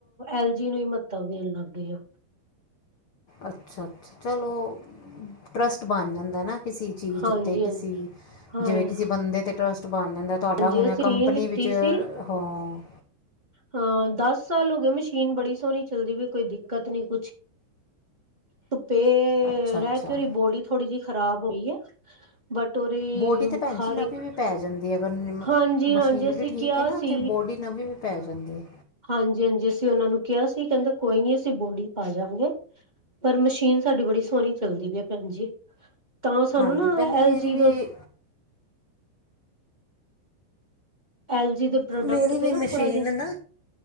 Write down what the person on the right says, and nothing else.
ਐਲ ਜੀ ਨੂੰ ਹੀ ਮਹੱਤਵ ਦੇਣ ਲੱਗ ਗਏ ਆ।
ਹਾਂਜੀ
ਹਾਂਜੀ ਹਾਂ
ਹਾਂਜੀ
ਅਸੀਂ
ਮਸ਼ੀਨ ਲਿੱਤੀ
ਸੀ।
ਹਾਂ ਦਸ ਸਾਲ ਹੋ ਗਏ ਮਸ਼ੀਨ ਬੜੀ ਸੋਹਣੀ ਚੱਲਦੀ ਵੀ ਕੋਈ ਦਿੱਕਤ ਨੀ ਕੁਛ। ਧੁੱਪੇ
ਰਹਿ ਕੇ ਉਹਦੀ ਬੋਡੀ ਥੋੜੀ ਜਿਹੀ ਖਰਾਬ ਹੋਈ ਹੈ। ਬਟ ਉਸ ਦੀ
ਹਰ
ਇੱਕ।
ਹਾਂਜੀ-ਹਾਂਜੀ
ਅਸੀਂ
ਕਿਹਾ
ਸੀ
ਹਾਂਜੀ -ਹਾਂਜੀ ਅਸੀਂ ਉਹਨਾਂ ਨੂੰ ਕਿਹਾ ਸੀ ਕਹਿੰਦੇ ਕੋਈ ਨੀ ਅਸੀਂ ਬੋਡੀ ਪਾ ਜਾਗੇ। ਪਰ ਮਸ਼ੀਨ ਸਾਡੀ ਬੜੀ ਸੋਹਣੀ ਚੱਲਦੀ ਪਈ ਭੈਣ ਜ ਤਾਂ ਸਾਨੂੰ
ਨਾ
ਐਲ ਜੀ
ਦੇ। ਐਲ ਜੀ ਦੇ ਪ੍ਰੋਡਕਟ
ਤੇ
ਨਾ
ਥੋੜਾ ਜਿਹਾ